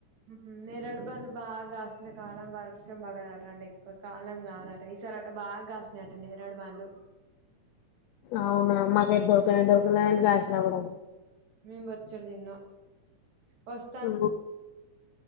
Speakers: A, on the right; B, on the left.
A: ఉమ్ నేరేడు పండ్లు బాగా కాసిన కాలం వర్షం పడదటండి ఎక్కువ కాలం కాదట ఈసారట బాగా కాస్తునయయట నేరడ బండ్లు
B: అవునా మాకైతే దొరకనా దొరకలే అని కాసినా కూడా
A: మేం బోచ్చడు తిన్నం వస్త
B: అ